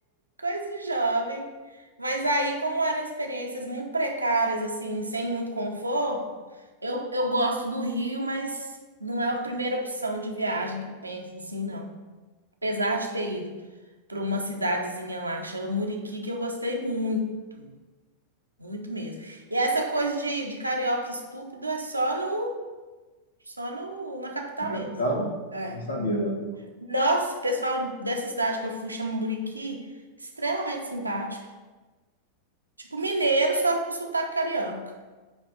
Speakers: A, on the right; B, on the left.
A: coisa de jovem. Mas aí, como eram experiências muito precárias, assim, sem muito conforto, eu, eu gosto do Rio, mas não é a primeira opção de viagem que eu penso, assim, não. Apesar de ter ido para uma cidadezinha lá que chama Muriqui, que eu gostei muito, muito mesmo. E essa coisa de, de carioca estúpido é só no Só no, na capital
B: Na capital?
A: mesmo. É.
B: Não sabia, não.
A: Nossa, o pessoal dessa cidade que eu fui, chama Muriqui, extremamente simpático. Tipo mineiro, só com sotaque carioca.